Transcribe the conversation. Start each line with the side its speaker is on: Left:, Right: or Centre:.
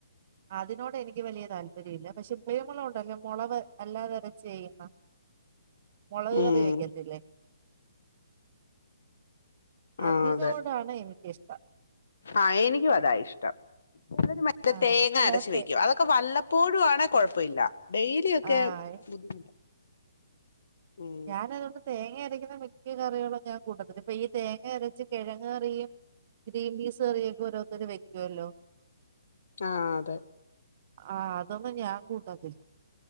Right: അതിനോട് എനിക്ക് വലിയ താല്പര്യം ഇല്ല പക്ഷെ കുരുമുളക് ഉണ്ടല്ലോ മുള വ് അല്ലാതെ അരച്ച് ചെയ്യും ആ മുളക്
Left: ഉം
Right: കറി വെക്കത്തില്ലേ
Left: ആ
Right: അതിനോടാണ്
Left: അതെ
Right: എനിക്കിഷ്ടം
Left: ആ എനിക്കും അതാ ഇഷ്ടം നല്ലൊരു മററതേങ്ങ
Right: ആഹ് എനിക്കല്ലാതെ
Left: അരച്ചു വെയ്ക്കും
Right: തേ
Left: അതൊക്കെ വല്ലപ്പോഴും ആണേ കൊഴപ്പൊ ഇല്ല ഡെയിലി ഒക്കെ
Right: ആഹ്
Left: ബുദ്ധിമുട്ടാ ഉം
Right: ഞാൻ അതുകൊണ്ട് തേങ്ങ അര വെയ്ക്കുന്ന മിക്ക കറികളും ഞാൻ കൂട്ടത്ത്ക്ക് ഇപ്പ ഈ തേങ്ങ അരച്ച കെഴങ്ങ്കറിയും ഗ്രീൻ പീസ് കറിയും ഒക്കെ ഓരോരുത്തര് വെയ്ക്കോല്ലോ
Left: ആ അതെ
Right: ആ അതൊന്നും ഞാൻ കൂട്ടത്തിൽ